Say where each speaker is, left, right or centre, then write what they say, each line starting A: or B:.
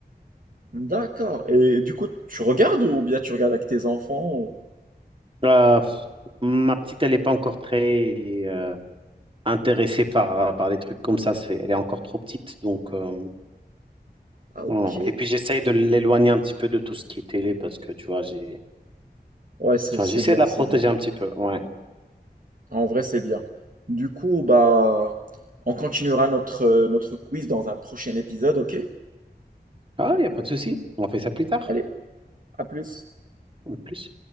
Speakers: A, on the right; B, on the right.
A: D'accord. Et du coup, tu regardes ou bien tu regardes avec tes enfants? ou-
B: Euh, ma petite, elle n'est pas encore très euh, intéressée par, par des trucs comme ça. C'est, elle est encore trop petite, donc... euh,
A: Ah
B: non.
A: ok.
B: Et puis, j'essaye de l'éloigner un petit peu de tout ce qui est télé, parce que, tu vois, j'ai...
A: Ouais, c'est
B: Enfin,
A: c'est
B: j'essaie
A: bien,
B: de la
A: c'est
B: protéger
A: bien.
B: un petit peu, ouais.
A: En vrai, c'est bien. Du coup, bah, on continuera notre, euh, notre quiz dans un prochain épisode, ok?
B: Ah, il n'y a pas de souci. On fait ça plus tard,
A: Allez, à plus.
B: en plus.